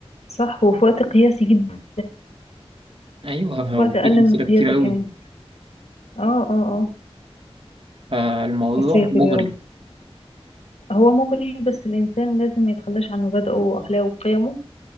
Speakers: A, on the left; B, on the right.
A: صح وفي وقت قياسي جدا
B: ايوه هو
A: في وقت أقل
B: في امثلة
A: من القياسي
B: كتير قوي
A: كمان اه اه اه
B: فالموضوع
A: يا ساتر
B: مغري
A: يا رب هو مغري بس الإنسان لازم ما يتخلاش عن مبادئه وأخلاقه وقيمه